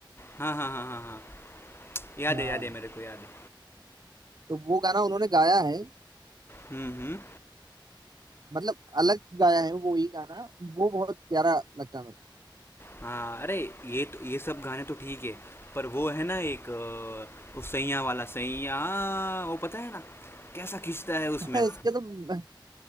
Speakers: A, on the left; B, on the right.
A: हाँ हाँ हाँ हाँ हाँ याद
B: हाँ
A: है याद है मेरे को याद है
B: तो वो गाना उन्होंने गाया है
A: हम्म हम्म
B: मतलब अलग गाया है वो ही गाना वो बहुत प्यारा लगता है मेरे
A: हाँ अरे ये तो ये सब गाने तो ठीक है पर वो है ना एक अ, उस सैया वाला सैया वो पता है ना कैसा खींचता है उसमें
B: को <laughs> उसके तो